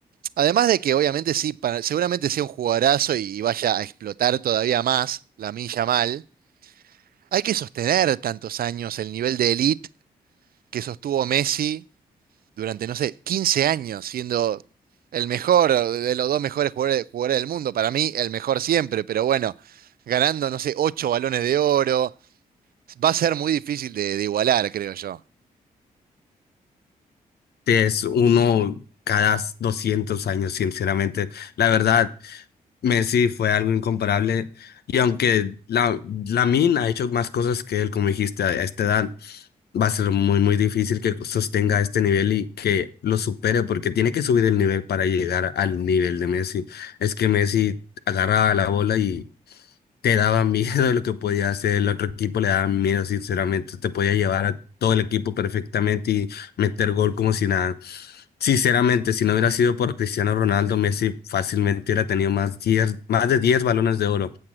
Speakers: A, on the right; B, on the left.
A: además de que obviamente sí, para- seguramente sea un jugadorazo y, y vaya a explotar todavía más la milla mal, hay que sostener tantos años el nivel de elite que sostuvo Messi durante, no sé, 15 años, siendo el mejor de los dos mejores jugadores, jugadores del mundo. Para mí, el mejor siempre, pero bueno, ganando, no sé, 8 balones de oro, va a ser muy difícil de de igualar, creo yo.
B: Sí, Es uno cada 200 años, sinceramente. La verdad, Messi fue algo incomparable. Y aunque la, Lamine ha hecho más cosas que él, como dijiste, a esta edad, va a ser muy, muy difícil que sostenga este nivel y que lo supere, porque tiene que subir el nivel para llegar al nivel de Messi. Es que Messi agarra la bola y te daba <laughs> miedo de lo que podía hacer, el otro equipo le daba miedo, sinceramente, te podía llevar a todo el equipo perfectamente y meter gol como si nada. Sinceramente, si no hubiera sido por Cristiano Ronaldo, Messi fácilmente hubiera tenido más, 10 más de 10 balones de oro